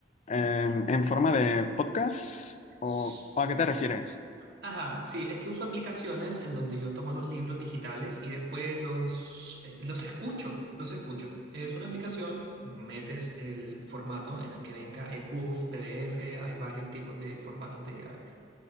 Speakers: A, on the left; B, on the right.
A: em, en forma de podcast o
B: S-
A: ¿o a qué te refieres?
B: Ajá, sí, es que uso aplicaciones en donde yo tomo los libros digitales y después los, eh, los escucho, los escucho. Es una aplicación, metes el formato en el que venga, EPUB, PDF, hay varios tipos de formatos de eh,